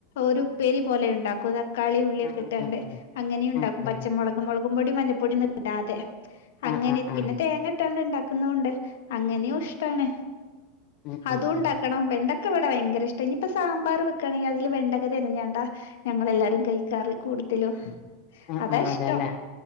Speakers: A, on the left; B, on the left.
A: ഒരു ഉപ്പേരി പോലെ ഉണ്ടാക്കും തക്കാളി ഉള്ളിയൊക്കെ
B: ആഹ് ആഹ്
A: ഇട്ടാണ്ട്
B: ആഹ് ആഹ് ആഹ്
A: അങ്ങനെയ ഉണ്ടാക്കും
B: ആഹ് ആഹ്
A: പച്ചമുളക് മുളകും പൊടിയും മഞ്ഞൾപ്പൊട ഇടാ അതെ
B: ആഹ്
A: അങ്ങനെ
B: ആഹ് ആഹ് ആഹ് ആഹ്
A: പിന്നെ തേങ്ങ ഇട്ടാണ്ട് ഉണ്ടാക്കുന്നതൊണ്ട് അങ്ങനെയോ ഇഷ്ടണ
B: ഉം
A: അതും
B: ഉം
A: ഉണ്ടാക്കണം
B: ഉം
A: വെണ്ട വിടെ ഭയങ്കര ഇഷ്ട ഇനിപ്പ സാമ്പാ വക്കണെിൽ അതില് വെണ്ടക തിരഞ്ഞേണ്ടാ ഞങ്ങളെല്ലാരും കഴിക്കാറി കൂടുതലും
B: ആഹ്
A: അതാ
B: ആഹ്
A: ഇഷ്ടം
B: അതെല്ലേ